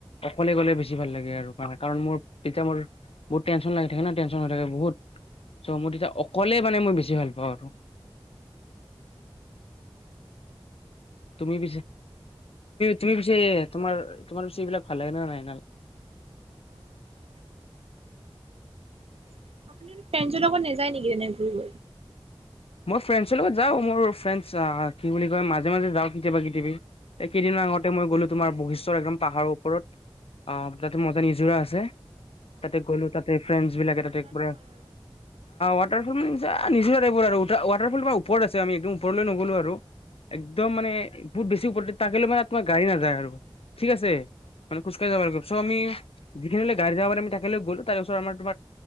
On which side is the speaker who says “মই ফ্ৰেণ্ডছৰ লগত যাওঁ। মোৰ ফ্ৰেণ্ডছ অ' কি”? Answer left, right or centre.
Left